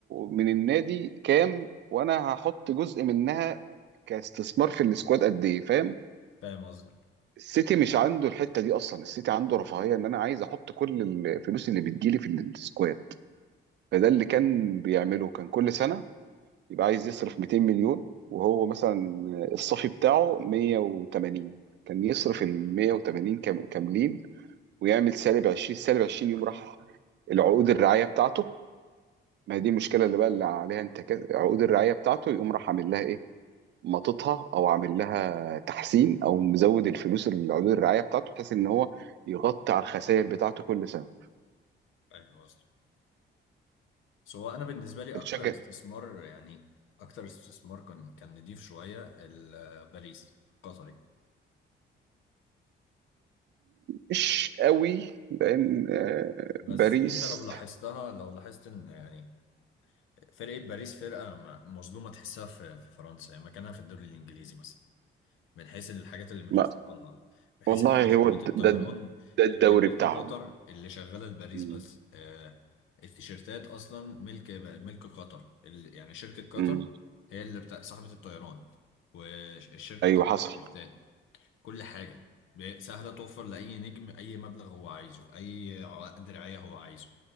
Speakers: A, on the right; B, on the left.
A: من النادي كام وانا هحط جزء منها كاستثمار في السكواد قد ايه فاهم
B: فاهم قصدي
A: السيتي مش عنده الحته دي اصلا السيتي عنده رفاهيه ان انا عايز احط كل الفلوس اللي بتجيلي في السكواد فده اللي كان بيعمله كان كل سنه يبقى عايز يصرف 200 مليون وهو مثلا الصافي بتاعه 180 كان يصرف ال 180 كام- كاملين ويعمل سالب 20 سالب 20 يوم راح العقود الرعايه بتاعته ما هي دي المشكله اللي بقى اللي عليها انتكاس عقود الرعايه بتاعته يقوم راح عامل لها ايه مططها او عامل لها تحسين او مزود الفلوس اللي عقود الرعايه بتاعته بحيث ان هو يغطي على الخسائر بتاعته كل سنه
B: فاهم قصدي سو انا بالنسبه لي
A: بتشجع
B: اكتر استثمار يعني اكتر استثمار كان كان نضيف شويه ال- باريس القطري
A: مش قوي لان آه،
B: بس
A: باريس
B: انت لو لاحظتها لو لاحظت ان يعني فرقه باريس فرقه م- مظلومه تحسها في في فرنسا يعني مكانها في الدوري الانجليزي مثلا من حيث الحاجات اللي متوفره
A: ما
B: لها بحيث
A: والله
B: ان هي شركه
A: هو
B: الطيران
A: د- ده ده الدوري
B: اللي ملك
A: بتاعهم
B: قطر اللي شغاله لباريس
A: مم.
B: بس آه، التيشيرتات اصلا ملك ملك قطر ال- يعني شركه
A: مم.
B: قطر هي اللي بتاع صاحبه الطيران والشركه
A: ايوه
B: بتاعت
A: حصل
B: التيشيرتات كل حاجة سهلة توفر لأي نجم أي مبلغ هو عايزه أي عقد رعاية هو عايزه